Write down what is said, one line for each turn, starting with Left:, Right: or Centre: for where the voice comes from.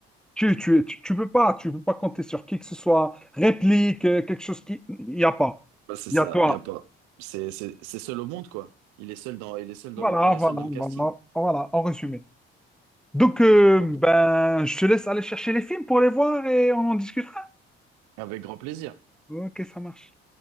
Centre: Tu, tu, tu, tu peux pas, tu peux pas compter sur qui que ce soit, réplique, euh, quelque chose qui, il y a pas.
Right: Bah, c'est
Centre: Il
Right: ça,
Centre: y a toi.
Right: il n'y a pas. C'est c'est- c'est seul au monde, quoi. Il est seul dans, il est seul dans
Centre: Voilà,
Right: le, il est
Centre: voilà,
Right: seul dans le casting.
Centre: voilà, voilà, en résumé. Donc, euh,
Right: Bon,
Centre: ben, je te laisse aller chercher les films pour les voir et on en discutera.
Right: avec grand plaisir.
Centre: Ok, ça marche.